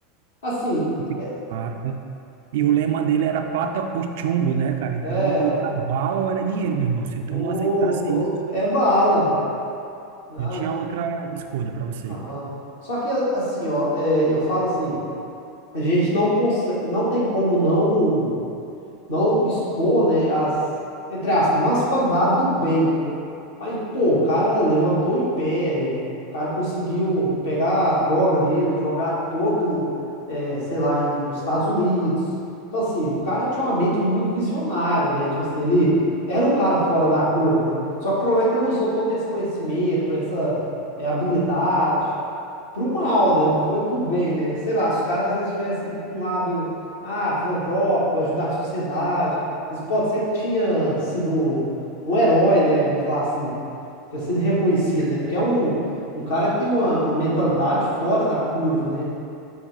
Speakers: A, on the left (about 75°); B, on the right (about 65°).
A: assim,
B: psicopata,
A: é,
B: e o lema dele era plata ou chumbo, né, cara, então
A: é,
B: <laughs> ou
A: o,
B: era bala ou era dinheiro, meu irmão, se
A: o,
B: tu não aceitasse isso,
A: o- é bala. Mas,
B: não tinha outra escolha para você.
A: aham. Só que assim, ó, é, eu falo assim, a gente não consegue, não tem como não. não expor, né, as, entre aspas, não as qualidades do bem, né? Mas, pô, o cara levantou o império, o cara conseguiu pegar a droga dele, jogar todo, eh, sei lá, em, nos Estados Unidos. Então, assim, o cara tinha uma mente muito visionária, né? Tipo assim, ele era um cara fora da curva, né? Só que o problema é que ele usou todo esse conhecimento, essa, eh, habilidade pro mal, né? Não foi pro bem, né? Sei lá, se os caras às vezes tivessem ido pra um lado, ah, filantrópico, ajudar a sociedade, às pode ser que tinha sido um herói, né? Vamos falar assim, tinha sido reconhecido, né? Porque é um, um cara que tem uma, uma mentalidade fora da curva, né?